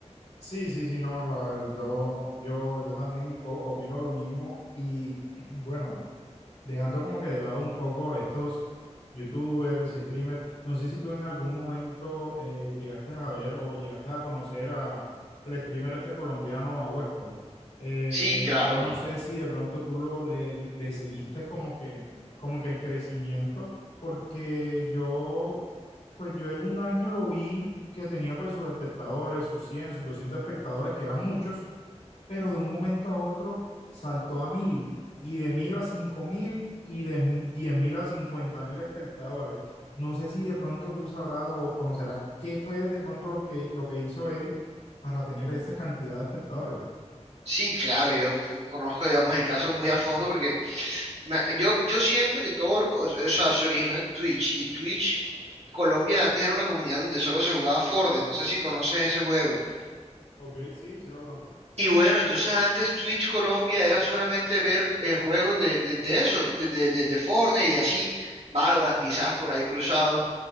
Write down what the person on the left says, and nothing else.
Sí, sí, sí, no, la verdad, yo, yo también o- opino lo mismo y <clears throat> bueno. dejando como que de lado un poco a estos youtubers y streamers. No sé si tú en algún momento eh, llegaste a ver o llegaste a conocer a, al streamer este colombiano, a Westcol. Eh,
yo no sé si de pronto tú lo, le, le seguiste como que, como que el crecimiento, porque yo, pues yo él un año lo vi que tenía pues sus espectadores, sus 100 sus 200 espectadores, que eran muchos, pero de un momento a otro saltó a mil y de mil a cinco mil y de mi- diez mil a cincuenta mil espectadores. No sé si de pronto tú sabrás o conocerás qué fue de pronto lo que, lo que hizo él para tener esa cantidad de espectadores.
Ok, sí, sí lo conozco.